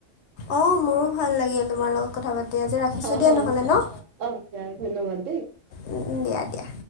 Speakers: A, on the left; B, on the right.
A: অ মোৰো ভাল লাগিল তোমাৰ লগত কথা পাতি আজি ৰাখিছো
B: অ
A: দিয়া
B: অ
A: নহলে ন
B: অ দিয়া ধন্যবাদ দেই
A: উম উম দিয়া দিয়া